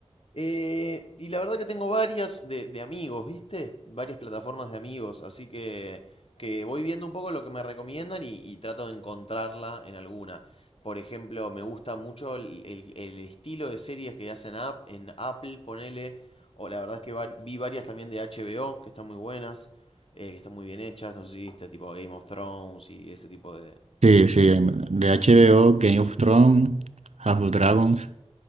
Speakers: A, on the left (about 55°); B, on the right (about 70°).
A: Eh, y la verdad que tengo varias de, de amigos, ¿viste? Varias plataformas de amigos, así que, que voy viendo un poco lo que me recomiendan y, y trato de encontrarla en alguna. Por ejemplo, me gusta mucho el, el- el estilo de series que hacen app, en Apple, ponele, o la verdad es que vari- vi varias también de HBO, que están muy buenas, eh, que están muy bien hechas, no sé si viste, tipo Game of Thrones y ese tipo de...
B: Sí, sí,
A: de
B: de HBO, Game of Thrones, House of Dragons.